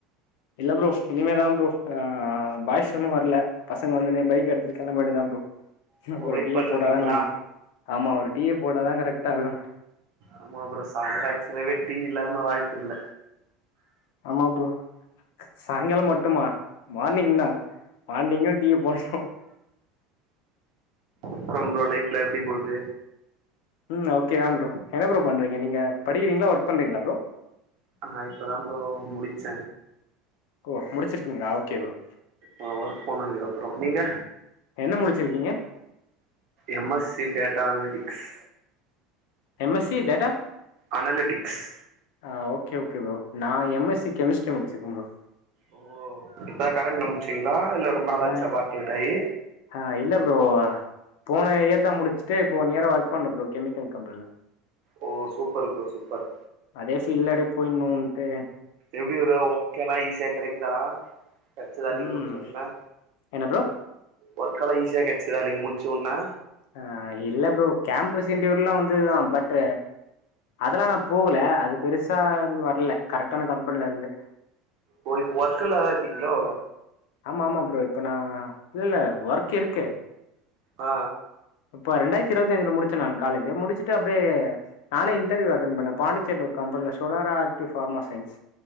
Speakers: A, on the left (about 70°); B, on the right (about 50°).
A: இல்ல ப்ரோ இனிமேதா ப்ரோ ஆ பாய்ஸ்‌னனு ஊர் ஒன்னு வர்ல பசங்க வந்துன்னு பைக் எடுத்துட்டு கெளம்ப வேண்டயதா ப்ரோ
B: இப்ப
A: ஒரு
B: வெயிட்
A: டீய
B: பண்ணுருக்கீங்களா
A: போட்டாதா நம்பளுக் ஆமா ஒரு டீய போட்டாதா கரெக்டா இருக்கும்
B: ஆமா அப்புற சாய்ந்தரம் ஆச்சனை வெட்டி இல்லாம வாழ்க்க இல்ல
A: ஆமா ப்ரோ சாயங்காலம் மட்டுமா மார்னிங்னா மார்னிங்கோ டீய போட்டோ
B: அப்பற உங்க லைஃப்லா எப்டி போது
A: ம் ஓகே தா ப்ரோ என்ன ப்ரோ பண்றீங்க நீங்க படிக்கிறீங்களா ஒர்க் பண்றீங்களா ப்ரோ
B: ஆனா இப்பதா ப்ரோ முடுச்ச
A: ஓ முடிச்சிருக்கீங்களா ஓகே ப்ரோ
B: நா ஒர்க் போனதுக்கப்ற நீங்க
A: என்ன முடுச்சிருக்கீங்க
B: M S C data analytics
A: M S C data
B: analytics
A: ஆ ஓகே ஓகே ப்ரோ நா எம் எஸ் சி கெமிஸ்ட்ரி முடிச்சிருக்க ப்ரோ
B: ஓ இப்பதா கரண்ட்ல முடுச்சீங்களா இல்ல ரொம்ப நாளாச்சா
A: ஆ
B: பார்ட் அவுட்டாயி
A: ஆ இல்ல ப்ரோ போன இயர்தா முடிச்சுட்டு இப்போ ஒன் இயரா ஒர்க் பண்ற ப்ரோ கெமிக்கல் கம்பெனில
B: ஓ சூப்பர் ப்ரோ சூப்பர்
A: அதே பீல்ட்ல அப்டியே போய்ன்னுன்ட்டு
B: எப்டி ப்ரோ ஒர்க்கெல்லா ஈஸியா கெடைக்குதா கெடைச்சதா நீங்க
A: ம்
B: முடிச்சவொனே
A: என்ன ப்ரோ
B: ஒர்க் எல்லாம் ஈஸியா கெடச்சிதா நீங்க முடிச்ச வொனே
A: அ இல்ல ப்ரோ கேம்பஸ் இண்டர்வியூல்லா வந்துதுதா பட் அதெல்லா நா போல அது பெருசா இருந்து வரல கரெக்டான கம்பெனிலருந்து
B: ஓ இப்ப ஒர்க்ல்லதா இருக்கீங்களோ
A: ஆமா ஆமா ப்ரோ இப்ப நா இல்ல இல்ல ஒர்க் இருக்கு
B: ஆ
A: இப்ப ரெண்டாயிரத்தி இருபத்தஞ்சுல முடிச்ச நா காலேஜ் முடிச்சுட்டு அப்டியே நானே இன்டெர்வியூ அட்டென் பண்ண பாண்டிச்சேரில ஒரு கம்பெனில சோலரா ஃபார்மா சய்ன்ஸ்